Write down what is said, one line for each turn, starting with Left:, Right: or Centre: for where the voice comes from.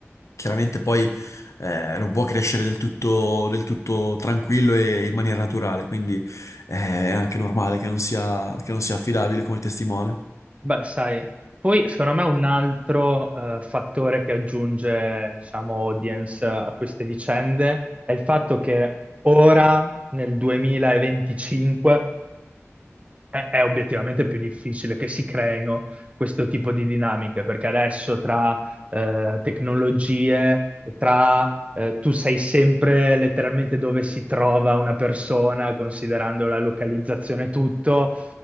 Left: Chiaramente poi eh, non può crescere del tutto, del tutto tranquillo e in maniera naturale, quindi eh, è anche normale che non sia, che non sia affidabile come testimone.
Right: Beh, sai, poi secondo me un altro eh, fattore che aggiunge, diciamo, audience a queste vicende è il fatto che ora, nel 2025, è, è obiettivamente più difficile che si creino questo tipo di dinamiche, perché adesso tra eh, tecnologie, tra eh, tu sai sempre letteralmente dove si trova una persona, considerando la localizzazione e tutto.